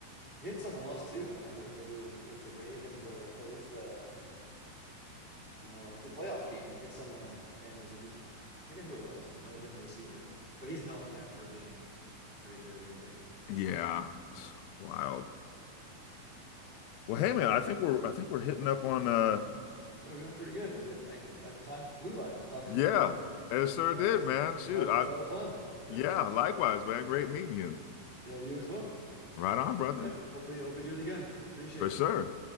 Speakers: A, on the right (about 50°); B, on the left (about 85°).
A: He hit someone else too. I remember maybe it was against the Ravens or no, it was against the I don't know. It was the playoff game. He hit someone, and it was a huge. I forget who it was. It Might have been a receiver, but he's known, yeah, for being pretty dirty, right?
B: Yeah, wild. Well, hey man, I think we're I think we're hitting up on uh
A: And we're doing pretty good. We did like that time flew by talking
B: yeah,
A: about football.
B: it sure
A: Yeah,
B: did,
A: it was
B: man. Shoot,
A: a lot.
B: I
A: Of, it was a lot of fun. Yeah,
B: yeah, likewise, man. Great meeting you.
A: yeah, you as well.
B: Right on, brother,
A: All right. Hopefully, hope we do it again. Appreciate
B: for
A: it.
B: sure.